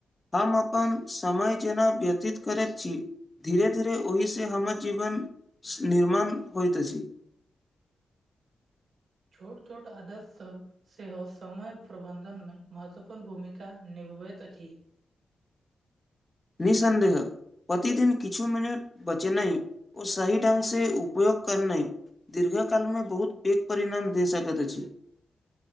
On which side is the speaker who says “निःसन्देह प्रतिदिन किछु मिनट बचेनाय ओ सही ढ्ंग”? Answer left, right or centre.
Left